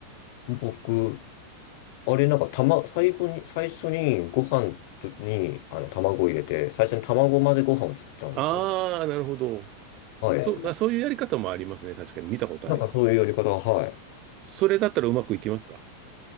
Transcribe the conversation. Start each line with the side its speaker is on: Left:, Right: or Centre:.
Left: 僕、あれなんか、たま、最後に、最初にご飯とに、あの、卵を入れて、最初に卵混ぜご飯を作っちゃうんですよ。
Right: ああー、なるほど。
Left: はい。
Right: そう、あ、そういうやり方もありますね。確かに見たことあります。
Left: なんかそういうやり方は、はい。
Right: それだったらうまくいきますか